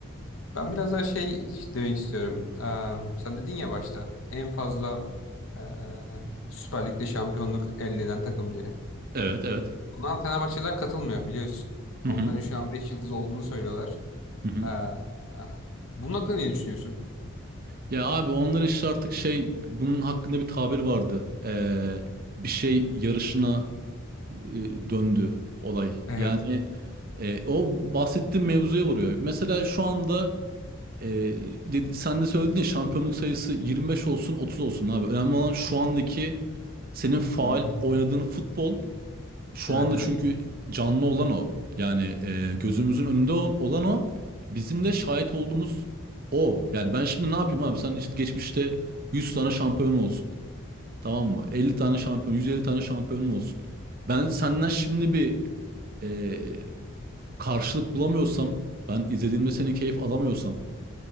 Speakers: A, on the left (about 70°); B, on the right (about 45°).
A: Ben biraz daha şey demek istiyorum. Eee, sen dedin ya başta en fazla eee Süper Lig'de şampiyonluk elde eden takım diye.
B: Evet, evet.
A: Buna Fenerbahçeliler katılmıyor biliyorsun. Onların
B: Hı hı,
A: şu an 5 yıldız olduğunu söylüyorlar.
B: hı hı.
A: Eee, bunun hakkında ne düşünüyorsun?
B: Ya abi onlar işte artık şey bunun hakkında bir tabir vardı. Ee, bir şey yarışına e, döndü olay.
A: Evet.
B: Yani e, o bahsettiğim mevzuya vuruyor. Mesela şu anda e, dedi- sen de söyledin ya şampiyonluk sayısı 25 olsun 30 olsun abi. Önemli olan şu andaki senin faal
A: hı.
B: oynadığın futbol Şu
A: Evet
B: anda çünkü
A: evet.
B: canlı olan o. Yani e, gözümüzün önünde o- olan o. Bizim de şahit olduğumuz o. Yani ben şimdi ne yapayım abi? Sen işte geçmişte 100 tane şampiyon olsun. Tamam mı? 50 tane şampiyon, 150 tane şampiyonun olsun. Ben senden şimdi bir e, karşılık bulamıyorsam, ben izlediğimde seni keyif alamıyorsam,